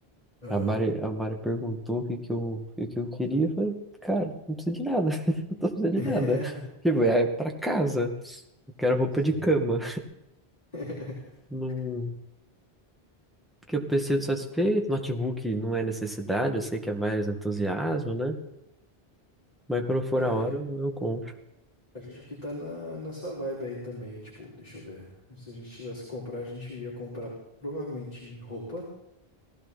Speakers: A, on the left (about 40°); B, in the centre.
A: Aham.
B: A Mari, a Mari perguntou o que que eu, o que que eu queria. Eu falei, cara, não precisa de nada. <laughs> Não tô precisando
A: <laughs>
B: de nada. Tipo, é pra casa. Eu quero roupa
A: Sim.
B: de cama.
A: <laughs>
B: Não... Porque eu pensei satisfeito. Notebook não é necessidade. Eu sei que é mais entusiasmo, né? Mas quando for
A: É,
B: a hora, eu, eu compro.
A: a gente aqui tá na, nessa vibe aí também, tipo, deixa eu ver. Se a gente tivesse que comprar, a gente ia comprar provavelmente roupa.